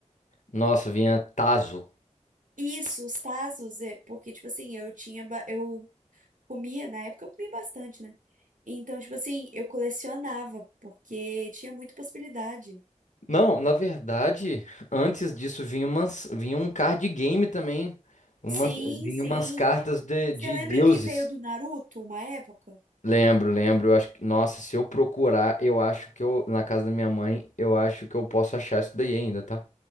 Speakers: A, on the left; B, on the right.
A: Nossa, vinha Tazo.
B: Isso, os Tazos, é, porque, tipo assim, eu tinha, ba- eu Comia, na época eu comia bastante, né? Então, tipo assim, eu colecionava, porque tinha muita possibilidade.
A: Não, na verdade, antes disso vinha umas, vinha um card game também, uma,
B: Sim,
A: vinha
B: sim.
A: umas cartas de,
B: Você
A: de
B: lembra
A: deuses.
B: que veio do Naruto uma época?
A: Lembro, lembro. Eu acho que, nossa, se eu procurar, eu acho que eu, na casa da minha mãe, eu acho que eu posso achar isso daí ainda, tá?